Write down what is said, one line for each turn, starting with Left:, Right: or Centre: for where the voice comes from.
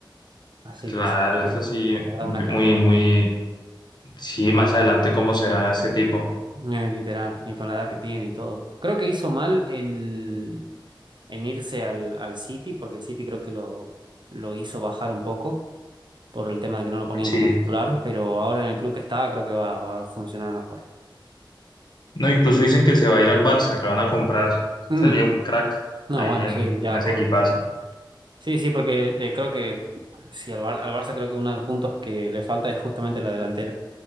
Right: Así
Left: claro,
Right: que sí, es
Left: eso sí,
Right: la verdad,
Left: muy,
Right: una carrera
Left: muy,
Right: muy-
Left: sí, más adelante cómo será ese tipo.
Right: eh, literal, y con la edad que tiene y todo. Creo que hizo mal en, en irse al, al City, porque el City creo que lo, lo hizo bajar un poco por el tema de que no lo ponían
Left: Sí,
Right: como titular, pero ahora en el club que está creo que va, va a funcionar mejor.
Left: no, incluso dicen que se va a ir al Barça, que lo van a comprar.
Right: Mm,
Left: Sería un crack
Right: no,
Left: ahí
Right: bueno,
Left: en,
Right: sí, ya
Left: en ese
Right: con...
Left: equipazo.
Right: Sí, sí, porque eh, creo que sí, al, Bar- al Barça creo que uno de los puntos que le falta es justamente la delantera.